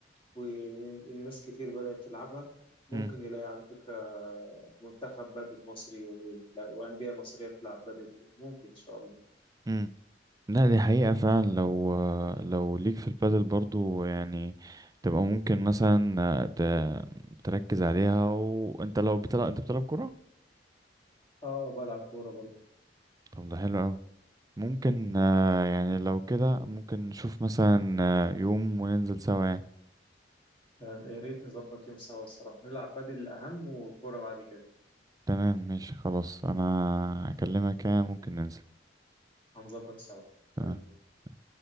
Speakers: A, on the left (about 30°); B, on the right (about 20°).
A: والناس كتير بدأت تلعبها ممكن
B: مم.
A: نلاقي على فكرة منتخب بدل مصري و- وأندية مصرية بتلعب بدل ممكن إن شاء الله
B: مم. لا دي حقيقة فعلا لو لو ليك في البادل برضو يعني تبقى ممكن مثلا ت... تركز عليها وانت لو بتلعب انت بتلعب كرة
A: آه بلعب كورة برضه
B: طب ده حلو أوي ممكن
A: مم.
B: آه، يعني لو كده ممكن نشوف مثلا آه، يوم وننزل سوا يعني
A: آه، يا ريت نظبط يوم سوا الصراحة نلعب بدل الأهم وكورة بعد كده
B: تمام ماشي خلاص انا هكلمك يعني ممكن ننزل
A: هنظبط سوا
B: تمام
A: حبيبي